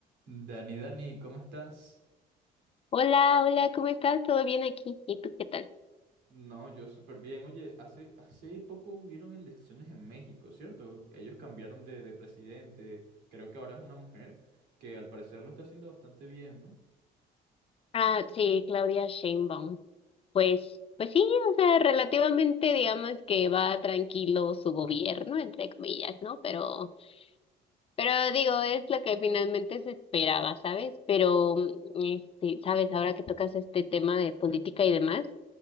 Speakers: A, on the right; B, on the left.
A: Dani, Dani, ¿cómo estás?
B: Hola, hola, ¿cómo estás? ¿Todo bien aquí? ¿Y tú qué tal?
A: No, yo súper bien. Oye, hace, hace poco hubieron elecciones en México, ¿cierto? Ellos cambiaron de, de presidente. Creo que ahora es una mujer que al parecer lo está haciendo bastante bien, ¿no?
B: Ah, sí, Claudia Sheinbaum. Pues, pues sí, o sea, relativamente digamos que va tranquilo su gobierno, entre comillas, ¿no? Pero, pero digo, es lo que finalmente se esperaba, ¿sabes? Pero, mm, este, ¿sabes? Ahora que tocas este tema de política y demás.